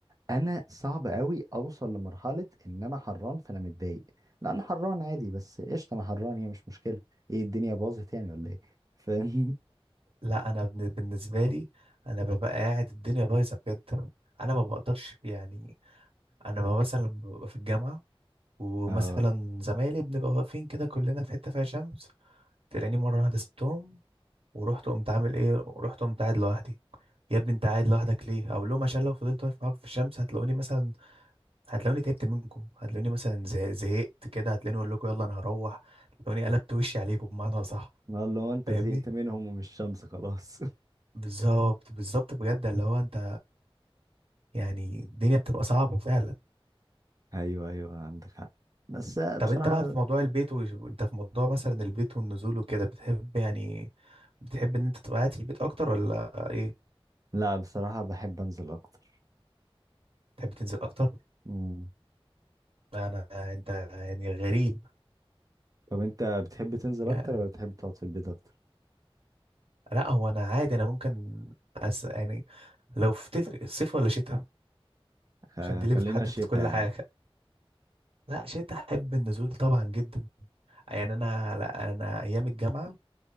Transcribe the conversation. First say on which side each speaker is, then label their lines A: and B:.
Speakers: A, on the right; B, on the right.
A: انا صعب قوي اوصل لمرحله ان انا حران فانا متضايق لا انا حران عادي بس قشطه انا حران هي مش مشكله ايه الدنيا باظت يعني ولا ايه فاهم
B: لا انا بن- بالنسبه لي انا ببقى قاعد الدنيا بايظه بجد انا ما بقدرش يعني انا ما مثلا ببقى في الجامعه
A: <laughs>
B: ومثلا
A: اه
B: زمايلي بنبقى واقفين كده كلنا في حتة فيها شمس تلاقيني مرة واحدة سبتهم ورحت قمت عامل ايه ورحت قمت قاعد لوحدي يا ابني انت قاعد لوحدك ليه اقول لهم عشان لو فضلت واقف معاكم في الشمس هتلاقوني مثلا هتلاقوني تعبت منكم هتلاقوني مثلا زه- زهقت كده هتلاقوني اقول لكم يلا انا هروح هتلاقوني قلبت وشي عليكم بمعنى صح
A: والله انت
B: فاهمني
A: زهقت منهم ومش شمس خلاص
B: بالظبط بالظبط بجد اللي هو انت يعني الدنيا بتبقى صعبة فعلا
A: <laughs> ايوه ايوه عندك حق بس بصراحه
B: طب انت بقى في موضوع البيت وش- وانت في موضوع مثلا البيت والنزول وكده بتحب يعني بتحب ان انت تبقى قاعد في البيت اكتر ولا ايه
A: لا بصراحه بحب انزل اكتر
B: تحب تنزل اكتر
A: مم.
B: لا انا انت يعني غريب
A: طب انت بتحب تنزل
B: يعني
A: اكتر ولا بتحب تقعد في البيت اكتر
B: لا هو انا عادي انا ممكن أس... يعني لو في تفرق الصيف ولا شتاء
A: خ-
B: عشان دي
A: خلينا
B: اللي بتحدد
A: شتاء
B: كل
A: يا
B: حاجة
A: عم
B: لا شتاء احب النزول طبعا جدا يعني انا لا انا ايام الجامعة